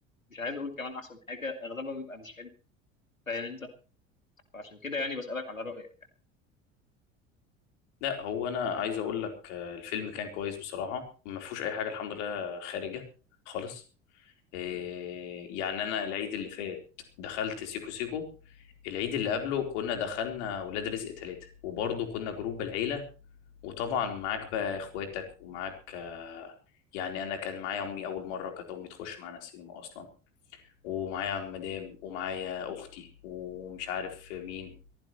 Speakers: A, on the left (about 90°); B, on the left (about 60°).
A: مش عايز اقول كمان احسن حاجة اغلبها بيبقى مش حلو فاهم انت فعشان كده يعني بسألك على رأيك يعني
B: لا هو انا عايز اقول لك آه، الفيلم كان كويس بصراحه ما فيهوش اي حاجه الحمد لله خارجه خالص آه،
A: مم.
B: يعني انا العيد اللي فات دخلت سيكو سيكو العيد اللي قبله كنا دخلنا ولاد رزق ثلاثة وبرضه كنا جروب العيلة وطبعا معاك بقى اخواتك ومعاك آه، يعني انا كان معايا امي اول مره كانت امي تخش معانا السينما اصلا ومعايا مدام ومعايا اختي ومش عارف مين